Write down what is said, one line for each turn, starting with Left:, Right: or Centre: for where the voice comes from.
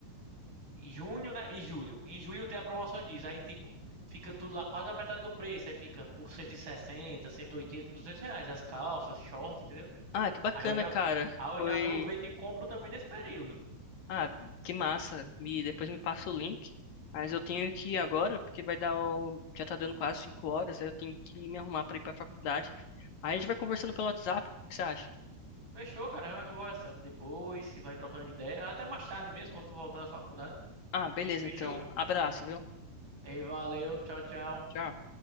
Right: Em junho, né? E julho. Em julho tem a promoção de jeans. Aí, tipo, fica tudo lá quase a metade do preço. Aí fica por cento cento e sessenta, cento e oitenta, duzentos reais. As calças, shorts, entendeu?
Left: Ah, que bacana,
Right: Aí eu já,
Left: cara.
Right: aí eu
Left: Foi.
Right: já aproveito e compro também nesse período.
Left: Ah, que massa. Me... Depois me passa o link. Mas eu tenho que ir agora, porque vai dar o... Já tá dando quase 5 horas, aí eu tenho que me arrumar pra ir pra faculdade. Aí a gente vai conversando pelo WhatsApp, o que que você acha?
Right: Fechou, cara. A gente vai conversando depois, se vai trocando ideia. Até mais tarde mesmo, quando tu voltar da faculdade.
Left: Ah, beleza,
Right: Fechou?
Left: então. Abraço, viu?
Right: E aí, valeu. Tchau, tchau.
Left: Tchau.